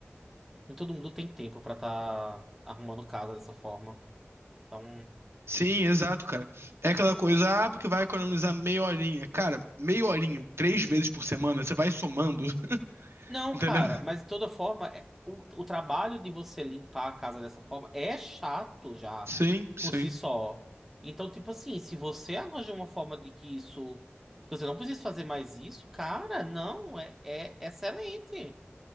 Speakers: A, in the centre; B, on the right (about 65°).
A: Nem todo mundo tem tempo pra tá arrumando casa dessa forma. Então.
B: Sim, exato, cara. É aquela coisa, ah, porque vai economizar meia horinha. Cara, meia horinha, três vezes por semana, você vai somando, <laughs>
A: Não,
B: entendeu?
A: cara, mas de toda forma, é- o, o trabalho de você limpar a casa dessa forma é chato já,
B: Sim, sim,
A: por si só. Então, tipo assim, se você arranja uma forma de que isso, que você não precisa fazer mais isso, cara, não, é, é excelente.